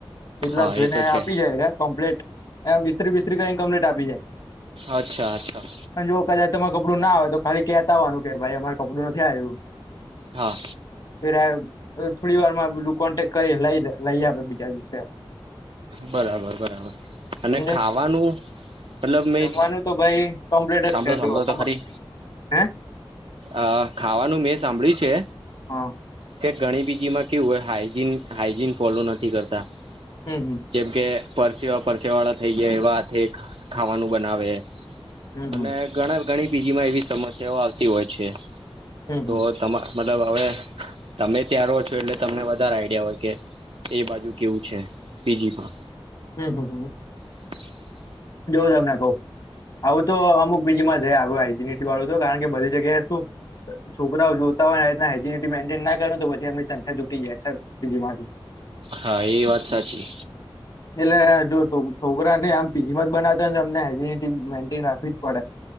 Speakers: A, on the left; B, on the right.
A: એટલા
B: હા
A: ઘોઈ
B: એ તો
A: ને આપી
B: છે
A: જાયરા કમ્પ્લીટ એ ઈસ્ત્રી બિસ્ત્રી કરીને કમ્પ્લીટ આપી જાય
B: અચ્છા અચ્છા
A: પણ જો કદાચ તમારે કપડું ના આવેય તો ખાલી કેતા આવવાનું કે મારે કપડું નથી આવ્યું
B: હા
A: પે થોડી વાર માં બધું કોન્ટેક કરી લાઈ દે લઈ આપે બીજા દિવસે આપે
B: બરાબર બરાબર અને
A: સમજે
B: ખાવાનું મતલબ મેં
A: જમવાનું તો ભાઈ કમ્પ્લીટ
B: સાંભળો
A: જ છે
B: સાંભળો
A: જો
B: તો
A: હ
B: ખરી અ ખાવાનું મેં સાંભળ્યું છે
A: હા
B: કે ઘણી બીજી માં કેવું હોય હાઈજીન હાઈજીન ફોલો નથી કરતા
A: હમ હમ
B: જેમ કે પરસેવા પરસે વાળા થઇ ગયા એવા હાથે ખાવાનું બનાવે
A: હમ હમ
B: અને ઘણા ઘણી બીજીમાં એવી સમસ્યાઓ આવતી હોય છે
A: હમ
B: તો
A: હમ
B: તમા મતલબ હવે તમે ત્યાં રહો છો એટલે તમને વધારે આઈડિયા હોય કે એ બાજુ કેવું છે બીજી પણ
A: હમ હમ હ
B: <unintelligible> <inaudible>
A: જોઉ તમને ક‌ઉ આવું તો અમુક બીજીમાં જ આવ હજીનિટી વાળું તો કારણ કે બધી જગ્યાએ શું છોકરાઓ જોતા હોયને આ રીતના હજીનિટી મેન્ટેન ના કરે તો પછી એમની સંખ્યા તૂટી જાય છે માંથી
B: હા એ વાત સાચી
A: એટલે જોશું છોકરા ને આમ પીજી માં જ બનાવતા હો ને અમને હેનિ મેન્ટેન રાખવી જ પડે